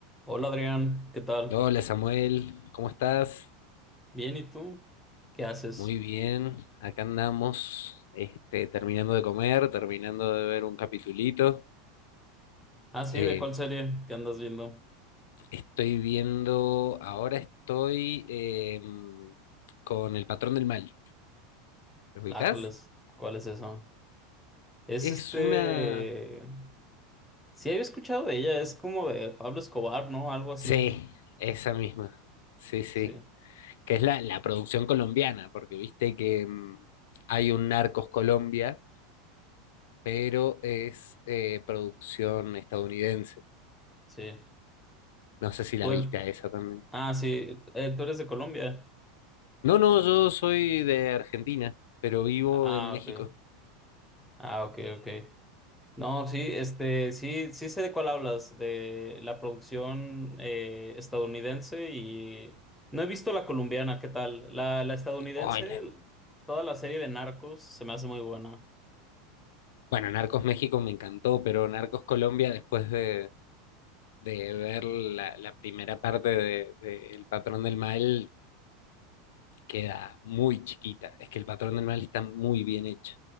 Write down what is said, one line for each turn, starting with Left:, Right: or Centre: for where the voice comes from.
Centre: Hola Adrián, ¿qué tal?
Left: Hola Samuel, ¿cómo estás?
Centre: Bien, ¿y tú? ¿Qué haces?
Left: Muy bien, acá andamos, este, terminando de comer, terminando de ver un capitulito.
Centre: Ah, sí,
Left: Eh,
Centre: ¿de cuál serie que andas viendo?
Left: estoy viendo, ahora estoy em, con El Patrón del Mal. ¿Lo ubicás?
Centre: Lájales, ¿cuál es esa? Es
Left: Es
Centre: este...
Left: una...
Centre: Sí, había escuchado de ella, es como de Pablo Escobar, ¿no? Algo así.
Left: Sí, esa misma. Sí, sí.
Centre: Sí,
Left: Que es la, la producción colombiana, porque viste que mm, hay un Narcos Colombia, pero es eh, producción estadounidense.
Centre: sí.
Left: No sé si la
Centre: Tú
Left: viste
Centre: eres...
Left: a esa también.
Centre: Ah, sí, eh, tú eres de Colombia.
Left: No, no, yo soy de Argentina, pero vivo
Centre: Ah,
Left: en México.
Centre: ok. Ah, ok, ok. No, sí, este, sí, sí sé de cuál hablas, de la producción eh, estadounidense y no he visto la colombiana, ¿qué tal? La, la estadounidense,
Left: Ay, la-
Centre: toda la serie de Narcos se me hace muy buena.
Left: Bueno, Narcos México me encantó, pero Narcos Colombia, después de, de ver la, la primera parte de, de El Patrón del Mal, queda muy chiquita. Es que El Patrón del Mal está muy bien hecho,